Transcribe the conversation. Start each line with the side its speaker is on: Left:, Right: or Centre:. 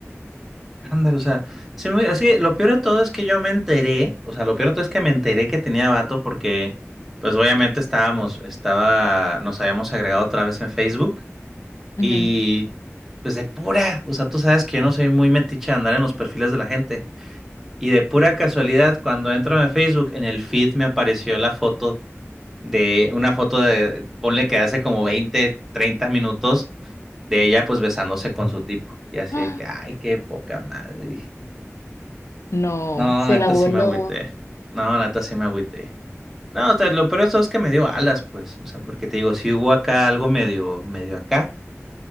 Centre: Ándale, o sea, sí me- es que lo peor de todo es que yo me enteré, o sea, lo peor de todo es que me enteré que tenía vato porque, pues obviamente estábamos, estaba, nos habíamos agregado otra vez en Facebook y
Left: ujú.
Centre: pues de pura, o sea, tú sabes que yo no soy muy metiche de andar en los perfiles de la gente y de pura casualidad cuando entro en Facebook en el feed me apareció la foto de una foto de, ponle que hace como veinte, treinta minutos de ella pues besándose con su tipo. Y así
Left: ¡Ah!
Centre: es que, ay, qué poca madre, dije.
Left: No,
Centre: No,
Left: se
Centre: la
Left: la
Centre: neta
Left: voló.
Centre: sí me agüité. No, la neta sí me agüité. No, o sea, lo peor de todo es que me dio alas, pues. O sea, porque te digo, si hubo acá algo medio, medio acá,